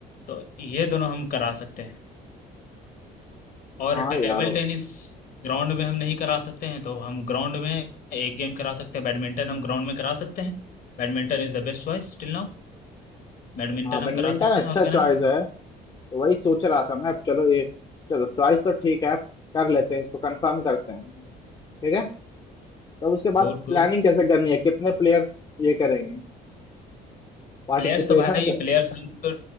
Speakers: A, on the left (about 55°); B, on the left (about 25°).
A: तो ये दोनों हम करा सकते हैं और
B: हाँ
A: टेबल
B: यार
A: टेनिस ग्राउंड में हम नहीं करा सकते हैं तो हम ग्राउंड में एक गेम करा सकते हैं बैडमिंटन हम ग्राउंड में करा सकते हैं Badminton is the best choice till now Badminton
B: हाँ बैडमिंटन
A: हम करा सकते
B: अच्छा
A: हैं ऑर्गेनाइज
B: चॉइस है तो वही सोच रहा था मैं अब चलो ये चलो चॉइस तो ठीक है कर लेते हैं इसको कंफर्म करते हैं ठीक है तब उसके
A: Good
B: बाद प्लानिंग
A: good
B: कैसे करनी है कितने प्लेयर्स ये करेंगे पार्टिसिपेशन
A: प्लेयर्स तो भाई
B: के
A: प्लेयर्स हम तो